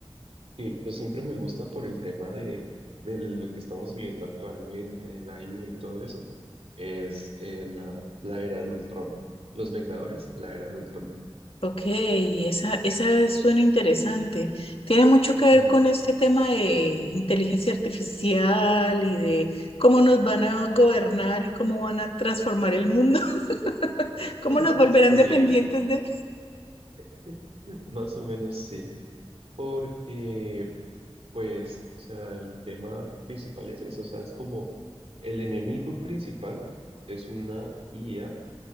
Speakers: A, on the right; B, on the left.
A: que pues siempre me gusta por el tema de, de lo que estamos viviendo actualmente, de la IA y todo eso, es eh, la, la era de Ultron. Los Vengadores, la era de Ultron.
B: ok, esa, esa suena interesante. Tiene mucho que ver
A: Mm.
B: con este tema de inteligencia artificial y de cómo nos van a gobernar y cómo van a transformar el mundo, <laughs>
A: Mm,
B: cómo nos volverán
A: Sí,
B: dependientes de...
A: <laughs> más o menos sí, porque pues, o sea, el tema principal es eso, o sea, es como el enemigo principal es una IA